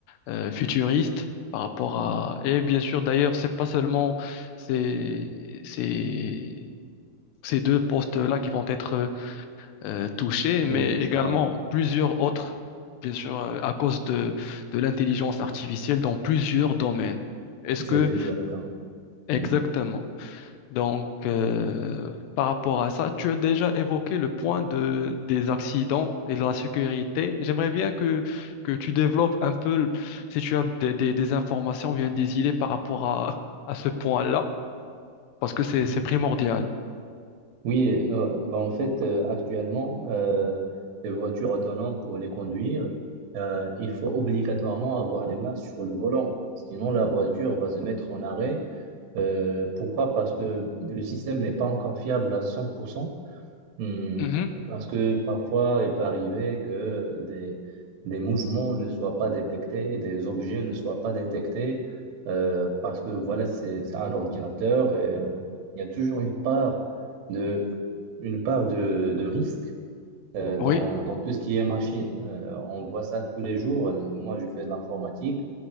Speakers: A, on the left (about 80°); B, on the right (about 80°).
A: euh, futuriste par rapport à... Et bien sûr, d'ailleurs, c'est pas seulement ces, ces, ces deux postes-là qui vont être euh, touchés, mais
B: Oui,
A: également
B: c'est vrai.
A: plusieurs autres, bien sûr, euh, à cause de, de l'intelligence artificielle dans plusieurs domaines. Est-ce
B: C'est
A: que...
B: déjà le cas,
A: Exactement.
B: oui.
A: Donc, euh, par rapport à ça, tu as déjà évoqué le point de, des accidents et de la sécurité. J'aimerais bien que, que tu développes un peu, le- si tu as des, des, des informations, bien des idées par rapport à, à ce point-là, parce que c'est,
B: Mhm.
A: c'est primordial.
B: Oui, euh, bah en fait, euh, actuellement, euh, les voitures autonomes, pour les conduire, euh, il faut obligatoirement avoir les mains sur le volant. Sinon, la voiture va se mettre en arrêt. Euh, pourquoi? Parce que le système n'est pas encore fiable à 100%. Hmm,
A: Mhm.
B: Parce que parfois, il peut arriver que des, des mouvements ne soient pas détectés, des objets ne soient pas détectés, euh, parce que voilà, c'est c'est un ordinateur et euh, il y a toujours une part de, une part de, de risque euh,
A: Oui,
B: dans, dans tout ce qui est machine. Euh, on voit ça tous les jours. Moi, je fais de l'informatique